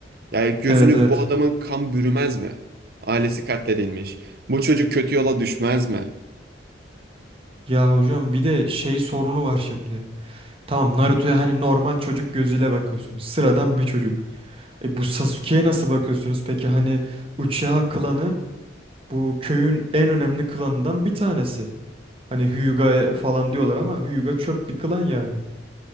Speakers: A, on the right; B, on the right.
A: Yani gözünü
B: Evet evet.
A: bu adamın kan bürümez mi? Ailesi katledilmiş. Bu çocuk kötü yola düşmez mi?
B: Ya hocam bir de şey sorunu var şimdi. Tamam Naruto'ya hani normal çocuk gözüyle bakıyorsunuz. Sıradan bir çocuk. E bu Sasuke'ye nasıl bakıyorsunuz? Peki hani Uchiha klanı bu köyün en önemli klanından bir tanesi. Hani Hyuga falan diyorlar ama Hyuga çöp bir klan yani.